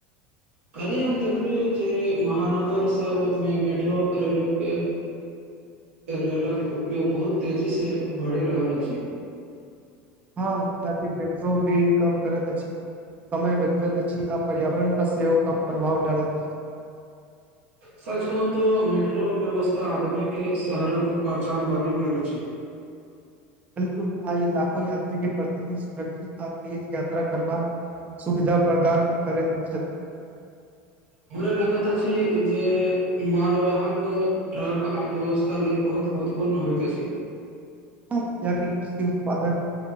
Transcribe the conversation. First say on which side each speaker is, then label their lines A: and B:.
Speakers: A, on the right; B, on the right.
A: कल ही हम देखलहुँ जे महानगर सभ मे मेट्रो, रेलवे रेलक उपयोग बहुत तेजी सँ बढ़ि रहल अछि।
B: हँ, ज मेट्रो ीड कम करत अछि, समय बजबत छी, आ पर्यावरण बस सेहो क प्रभाव डालत
A: सच कहू तो मेट्रो व्यवस्था आधुनिक शहरक पहचान बनि गेल अछि।
B: बिलकल, आज लाखो यात्री के प्रतिदिन सुरक्षित तेज यात्रा करबा, सुविधा प्रदान करैत छथ
A: हमरा लागैत अछि जे मालवाहक ट्रक, अर्थव्यवस्था लेल बहुत महत्वपूर्ण होइत अछि।
B: कृषि उत्पादक,